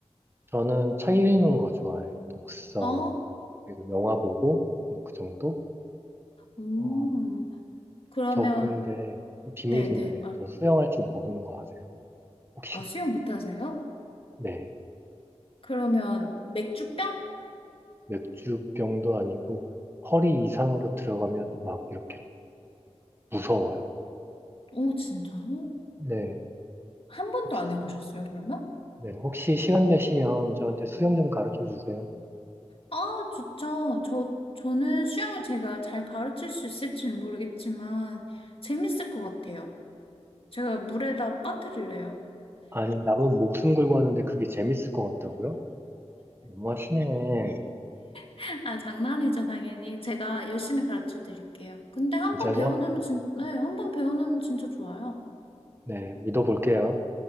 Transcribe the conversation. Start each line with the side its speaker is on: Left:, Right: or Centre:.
Right: 저는 책 읽는 거 좋아해요. 독서,
Left: 어,
Right: 그리고 영화 보고, 뭐 그 정도?
Left: 음,
Right: 어,
Left: 그러면
Right: 저 그런데 그 비밀인데
Left: 네네 말.
Right: 저 수영할 줄 모르는 거 아세요? 혹시
Left: 아 수영 못하세요?
Right: 네
Left: 그러면 맥주병?
Right: 맥주병도 아니고 허리 이상으로 들어가면 막 이렇게 무서워요.
Left: 오 진짜요?
Right: 네
Left: 한 번도
Right: 혹시
Left: 안 해보셨어요 그러면?
Right: 네 혹시 시간 되시면 저한테 수영 좀 가르쳐 주세요.
Left: 아, 좋죠. 저, 저는 수영을 제가 잘 가르칠 수 있을지는 모르겠지만, 재밌을 것 같아요. 제가 물에다 빠뜨릴래요.
Right: 아니 남은 목숨 걸고 하는데 그게 재밌을 것 같다고요? 너무하시네.
Left: <laughs> 아, 장난이죠, 당연히. 제가 열심히 가르쳐 드릴게요. 근데 한
Right: 진짜죠?
Left: 번 배워놓으면 진, 네, 한 번 배워놓으면 진짜 좋아요.
Right: 네 믿어볼게요.